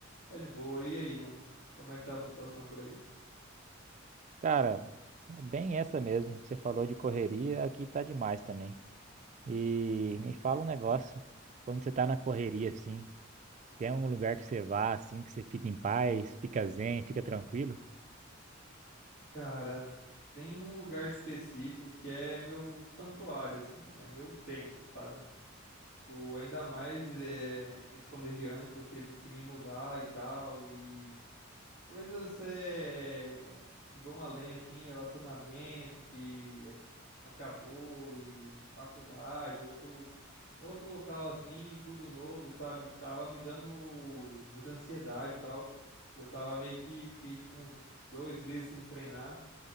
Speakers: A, on the left (about 65°); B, on the right (about 35°).
A: tá de boa. E aí, mano, como é que tá a situação por aí?
B: cara, é bem essa mesmo. Você falou de correria, aqui tá demais também. E me fala um negócio. Quando você tá na correria, assim, tem algum lugar que você vá, assim, que você fica em paz, fica zen, fica tranquilo?
A: Cara, tem um lugar específico que é meu santuário, assim, é meu templo, sabe? Tipo, ainda mais eh, esse começo de ano que eu tive que me mudar e tal, e coisas eh, que vão além, assim, relacionamento que a- acabou, e faculdade, outro, outro local assim, tudo novo, sabe? Tava me dando muita ansiedade e tal. E eu tava meio que fiquei tipo uns dois meses sem treinar.